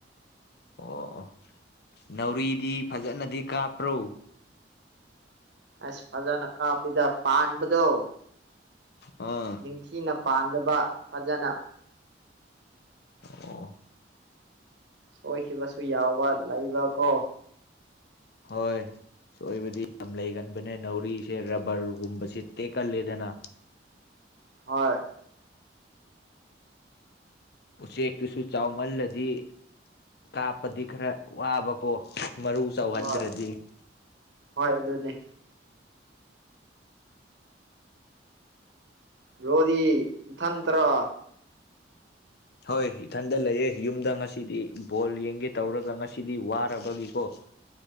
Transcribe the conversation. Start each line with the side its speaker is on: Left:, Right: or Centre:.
Left: ꯑꯣ ꯑꯣ ꯅꯧꯔꯤꯗꯤ ꯐꯖꯅꯗꯤ ꯀꯥꯞꯄ꯭ꯔꯣ
Right: ꯑꯁ ꯐꯖꯅ ꯀꯥꯞꯄꯤꯗ ꯄꯥꯟꯕꯗꯣ
Left: ꯑꯥ
Right: ꯅꯤꯡꯊꯤꯅ ꯄꯥꯟꯗꯕ ꯐꯖꯅ
Left: ꯑꯣ
Right: ꯁꯣꯏꯈꯤꯕꯁꯨ ꯌꯥꯎꯕ ꯂꯩꯕ ꯀꯣ
Left: ꯍꯣꯏ ꯁꯣꯏꯕꯗꯤ ꯌꯥꯝ ꯂꯩꯒꯟꯕꯅꯦ ꯅꯥꯎꯔꯤꯁꯦ ꯔꯕꯔꯒꯨꯝꯕꯁꯦ ꯇꯦꯛꯀꯜꯂꯦꯗꯅ
Right: ꯍꯣꯏ
Left: ꯎꯆꯦꯛꯇꯨꯁꯨ ꯆꯥꯎꯃꯜꯂꯗꯤ ꯀꯥꯞꯄꯗꯤ ꯈꯔ ꯋꯥꯕꯀꯣ ꯃꯔꯨ ꯆꯥꯎꯍꯟꯗ꯭ꯔꯥꯗꯤ
Right: ꯍꯣꯏ ꯍꯣꯏ ꯑꯗꯨꯅꯦ ꯕ꯭ꯔꯣꯗꯤ ꯏꯊꯟꯇꯔꯣ
Left: ꯍꯣꯏ ꯏꯊꯟꯗ ꯂꯩꯌꯦ ꯌꯨꯝꯗ ꯉꯁꯤꯗꯤ ꯕꯣꯜ ꯌꯦꯡꯒꯦ ꯇꯧꯔꯒ ꯉꯁꯤꯗꯤ ꯋꯥꯔꯕꯒꯤꯀꯣ <inaudible>